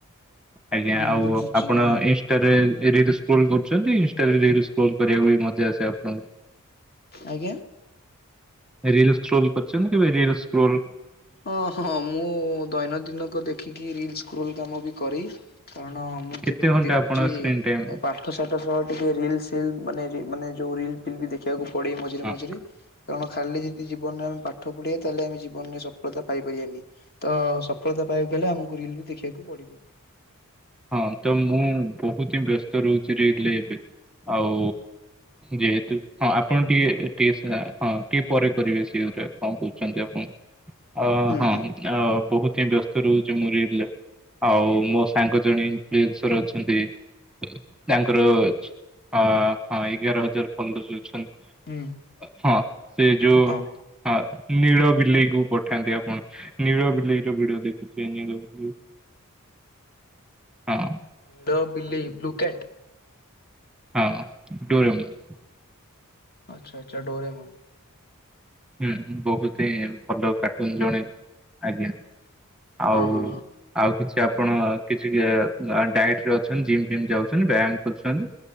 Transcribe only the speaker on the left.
ହୁଁ
ବୁଝୁଛି
ହଁ
ଆଜ୍ଞା।
ହଁ ହଁ ମୁଁ ଦୈନଦିନଙ୍କ ଦେଖିକି ରିଲସ୍ କ୍ରୋଲ କାମ ବି କରେ। କାରଣ ମୁଁ
ଯେତିକି
ଦେଖୁଛି
ପାଠ ସାଠ ସହ ଟିକେ ରିଲ ସିଲ୍ ମାନେ ମାନେ ଯୋଉ ରିଲ ଫଲ ବି ଦେଖିବାକୁ ପଡେ ମଝିରେ
ମଝିରେ। କାରଣ ଖାଲି ଯଦି ଜୀବନରେ ଆମେ ପାଠ ପଢିବା ତାହେଲେମେ ଜୀବନରେ ସଫଳତା ପାଇପାରିବାନି ତ ସଫଳତା ପାଇବାକୁ ହେଲେ ଆମକୁ ରିଲ ବି ଦେଖିବାକୁ ପଡିବ।
ହୁଁ
ହୁଁ
ହୁଁ
ହଁ।
ନୀଳ ବିଲେଇ ବ୍ଲୁ କ୍ୟାଟ୍।
ଆଛା ଆଛା ଡୋରେମନ୍।
ହଁ ହଁ ହଁ।